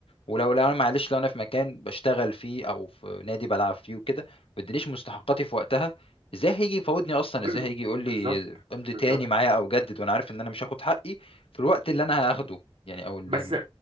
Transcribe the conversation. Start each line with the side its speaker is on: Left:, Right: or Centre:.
Left: ولو لو انا معلش لو انا في مكان بشتغل فيه او في نادي بلعب فيه وكده ما ادينيش مستحقاتي في وقتها ازاي هيجي يفاوضني اصلا
Right: كله
Left: ازاي هيجي يقول
Right: بالظبط
Left: لي امضي
Right: بالظبط
Left: تاني معايا او جدد وانا عارف ان انا مش هاخد حقي في الوقت اللي انا هاخده يعني او اللي
Right: بس